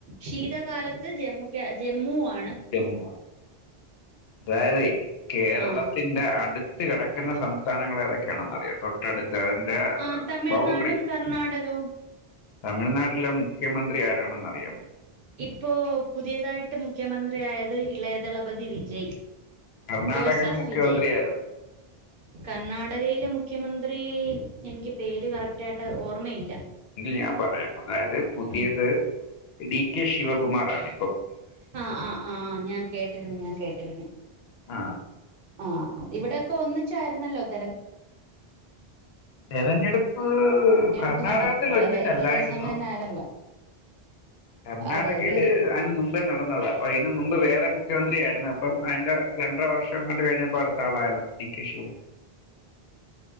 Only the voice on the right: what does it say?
ശീതകാലത്ത് ജമ്മു ക്യാ ജമ്മൂവാ
ആഹ്
ആഹ് തമിഴ്നാടും
കർണാടകവും
ഇപ്പോ പുതിയതായിട്ട് മുഖ്യമന്ത്രിയായത് ഇളയദളപതി വിജയ്
ജോസഫ്
വിജയ്
കർണാടകയിലെ മു മുഖ്യമന്ത്രി എനിക്ക് പേര് കറക്റ്റായിട്ട് ഓർമ്മയില്ല
ഉം
ആ ആ ആ ഞാൻ കേട്ടിരുന്നു ഞാൻ കേട്ടിരുന്നു
ആ ഇവിടൊക്കെ ഒന്നിച്ചായിരുന്നല്ലോ തിരഞ്ഞ
തെരഞ്ഞെടുപ്പ്
നട വളരെ
ദിവസങ്ങൾ തന്നെ ആയിരുന്നല്ലോ
അതെല്ലേ